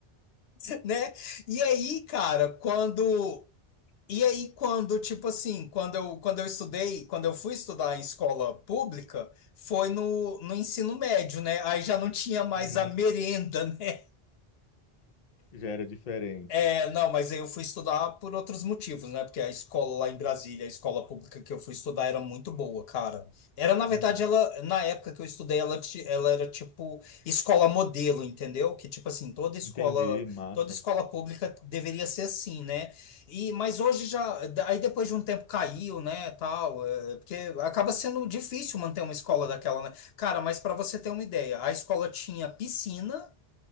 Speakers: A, on the left (about 75°); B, on the left (about 50°).
A: <laughs> né? E aí, cara, quando. E aí, quando, tipo assim, quando eu, quando eu estudei, quando eu fui estudar em escola pública, foi no, no ensino médio, né? Aí já não tinha mais
B: Uhum.
A: a merenda, né?
B: Já era diferente.
A: É, não, mas aí eu fui estudar por outros motivos, né? Porque a escola lá em Brasília, a escola pública que eu fui estudar era muito boa, cara. Era, na verdade,
B: Uhum.
A: ela, na época que eu estudei, ela, ti- ela era tipo escola modelo, entendeu? Que tipo assim, toda escola,
B: Entendi, massa.
A: toda escola pública deveria ser assim, né? E, mas hoje já, aí depois de um tempo caiu, né, tal, é, porque acaba sendo difícil manter uma escola daquela, né? Cara, mas para você ter uma ideia, a escola tinha piscina,